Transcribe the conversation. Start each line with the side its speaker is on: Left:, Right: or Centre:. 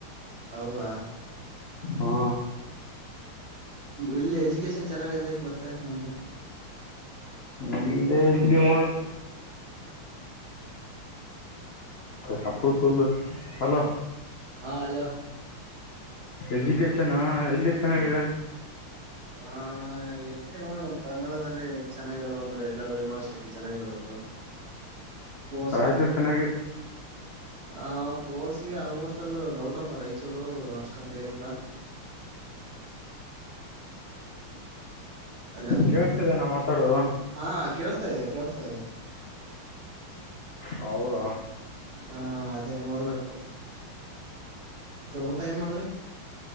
Right: ಹೌದಾ
Left: ಹಾ
Right: ಇಲ್ಲಿ ಎಜುಕೇಶನ್ ಚೆನ್ನಾಗಲ್ಲೈತ್ ಮತ್ತೆ ಮುಮೆ
Left: ನಿ ಇಲ್ಲಿಯ ಮೋಳ ಕಪಡ ತುಲ್ ಅಲ
Right: ಹಾ ಅಲೋ
Left: ಎಜುಕೇಶನ್ ಎಲ್ಲಿ ಚೆನ್ನಾಗಿದೆ
Right: ಹಾ ಎತ್ತಿ ನೋಡೋಣ ಕನ್ನಡದಲ್ಲಿ ಚೆನ್ನಾಗಿರೋ ಅಂದ್ರು ಎಲ್ಲಾದ್ೂ ಯೂನಿವರ್ಸಿಟಿ ಚೆನ್ನಾಗಿರ್ಬೇಕು ಸ್ಪೋರ್ಟ್ಸ್
Left: ರಾಯತರು ಚೆನ್ನಾಗಿ
Right: ಆ ೋರ್ಸ್ಗೆ ಆಲ್ಮೋಸ್ಟ್ ಅಲ್ಲ ಡೌಟ್ ಅಪ್ಪ ರೈಚೂರು ಅಷ್ಟೊಂದ ಏನಿಲ್ಲ ಹ ಅಲೋ
Left: ಕೇಳಿಸ್ತಿದೆ ನಾ ಮಾತಾಡೋದು
Right: ಹಾ ಕೇಳಸ್ತಾ ಇದದೆ ಕೇಳಸ್ತಾ ಇದೆ
Left: ಹೌದಾ
Right: ಹಾ ಅದೇ ನೋಡ್ಬೇಕ ಊಟ ಏನ್ ಮಾಡಿದ್ರಿ